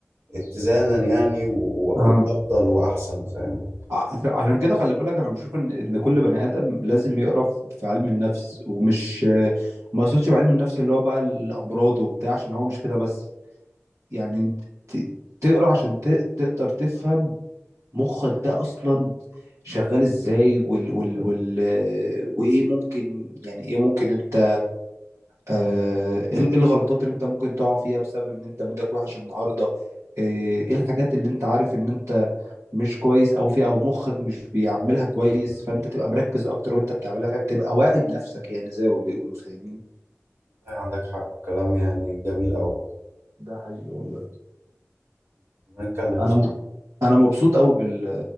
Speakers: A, on the right; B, on the right.
A: اتزانا يعني و- و-
B: اه
A: وافضل واحسن فاهم
B: ع- ف- عشان كده خلي بالك انا بشوف ان ان كل بني ادم لازم يقرا ف- في علم النفس ومش ما يقصدش بعلم النفس اللي هو بقى الامراض وبتاع عشان هو مش كده بس يعني ت- تقرا عشان ت- تقدر تفهم مخك ده اصلا شغال ازاي وال وال وال وايه ممكن يعني ايه ممكن انت آه، ايه إيه الغلطات اللي انت ممكن تقع فيها بسبب ان انت مودك وحش النهارده آه، ايه الحاجات اللي انت عارف ان انت مش كويس او فيها او مخك مش بيعملها كويس
A: والله
B: فانت تبقى مركز اكتر وانت بتعملها فاهم تبقى واعي بنفسك يعني زي ما بيقولوا فاهمني
A: عندك حق كلام يعني جميل قوي
B: ده حقيقي والله
A: نتكلم
B: انا م- انا مبسوط قوي بال